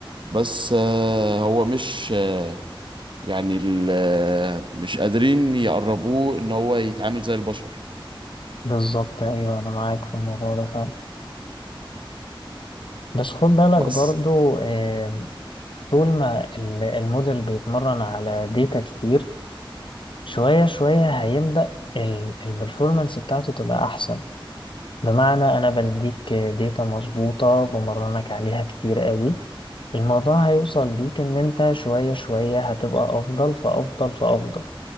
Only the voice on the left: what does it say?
بالظبط ايوه انا معاك في الموضوع ده فعلا بس خد بالك
برضو آم، طول ما ال- الموديل بيتمرن على ديتا كتير شوية شوية هيبدأ البرفورمانس بتاعته تبقى احسن بمعنى أنا بديك داتا مظبوطة بمرنك عليها كتير قوي الموضوع هيوصل بيك إن أنت شوية شوية هتبقى أفضل فأفضل فأفضل